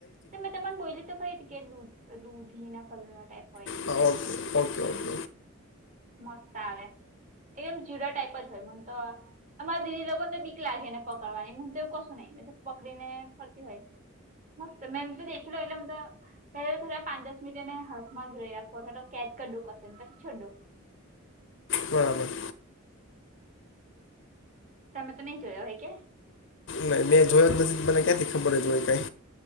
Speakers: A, on the right; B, on the left.
A: મેં તમારે બોલી તો ખરી હતી કેધ દૂધી ના કલર ન ટાઈપ હોય.
B: હા ઓકે ઓકે ઓકે.
A: મસ્ત આવે એકદમ જીરા ટાઈપ જ હોય મને તો અમારા દીદી લોકો ને બીક લાગે ને પકડવાની હું તો એવું કશું નહીં પકડી ને ફરતી હોય મસ્ત મેમ <unintelligible> પેલા થોડા પાંચ દસ મિનિટ એને હાથમાં ધ રઈ રાખો કેદ કરીો ક ને પછીોડો
B: બરાબર
A: તમે તો નહી જોયો હોય કે
B: ના મેં જોયો જ નથી મને ક્યાંથી ખબર જ હોય કઈ